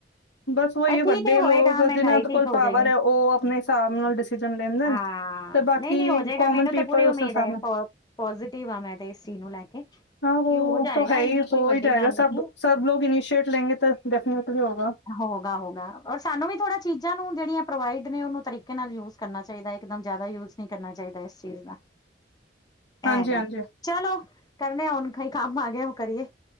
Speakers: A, on the left; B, on the left.
A: ਬਸ ਉਹੀ
B: ਪਰ
A: ਹੈ ਵੱਡੇ
B: ਠੀਕ
A: ਲੋਕ
B: ਹੋਏਗਾ ਮਹਿੰਗਾਈ
A: ਜਿਨਾਂ ਕੋਲ
B: ਠੀਕ
A: ਪਾਵਰ
B: ਹੋ ਜਾਏਗੀ
A: ਹੈ ਉਹ ਆਪਣੇ ਹਿਸਾਬ ਨਾਲ ਡਿਸੀਜ਼ਨ ਲੈਂਦੇ
B: ਹਾਂ
A: ਨੇ ਤੇ ਬਾਕੀ
B: ਨਈ-ਨਈ ਹੋਜੇਗਾ
A: ਕੋਮਨ
B: ਮੈਨੂੰ
A: ਪੀਪਲ
B: ਤਾਂ ਪੂਰੀ ਉਮੀਦ
A: ਉਸ ਹਿਸਾਬ
B: ਏ
A: ਨਾਲ
B: ਪ ਪੋਜ਼ਟਿਵ ਆ ਮੈਂ ਤੇ ਇਸ ਚੀਜ਼ ਨੂੰ ਲੈ ਕੇ।
A: ਹਾਂ
B: ਕਿ
A: ਉਹ
B: ਹੋ ਜਾਏਗਾ
A: ਤਾਂ ਹੈ ਹੀ
B: ਇੰਨੀ ਕੋਈ
A: ਹੋ
B: ਵੱਡੀ
A: ਹੀ ਜਾਏਗਾ
B: ਗੱਲ
A: ਸਭ
B: ਨਹੀਂ ਹੈ
A: ਸਭ ਲੋਕ ਇਨੀਸ਼ੀਏਟ ਲੈਂਗੇ ਤਾਂ ਡੈਫਿਨੇਟਲੀ ਹੋਗਾ
B: ਹੋਗਾ, ਹੋਗਾ ਔਰ ਸਾਨੂੰ ਵੀ ਥੋੜਾ ਚੀਜ਼ਾਂ ਨੂੰ ਜਿਹੜੀਆਂ ਪ੍ਰੋਵਾਈਡ ਨੇ ਉਨੂੰ ਤਰੀਕੇ ਨਾਲ ਯੂਜ ਕਰਨਾ ਚਾਹੀਦਾ ਇੱਕਦਮ ਜਿਆਦਾ ਯੂਜ ਨੀ ਕਰਨਾ ਚਾਹੀਦਾ ਇਸ ਚੀਜ਼ ਦਾ
A: <inaudible>
B: ਏ ਹੈਗਾ
A: ਹਾਂਜੀ
B: ਚਲੋ ਕਰਨੇ ਹੁਣ ਕਈ ਕੰਮ ਆ ਗਿਆ ਓ ਕਰੀਏ